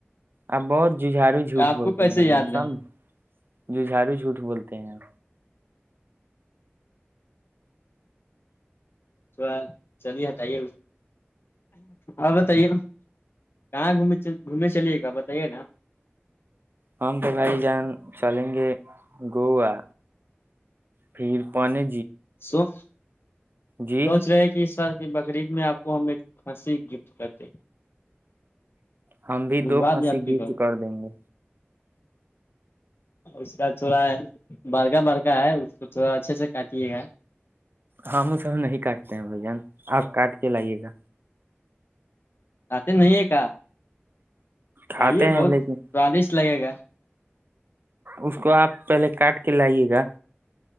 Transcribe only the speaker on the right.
اپ بہت ججھارو جھوٹ
بولتے
ہیں بھائیان
سام
جو جھارو جھوٹ بولتے ہیں
ہم تو بھائی جان چلیں گے گوا پھر پونے
جی
ہم بھی
دو کھسی
گفٹ
کر دیں گے
ہماں وہ سب نہیں کاٹتے ہیں بھجن آپ کاٹ کے لائیے گا
کھاتے
ہیں
لیکن
اس کو آپ پہلے کاٹ کے لائیے گا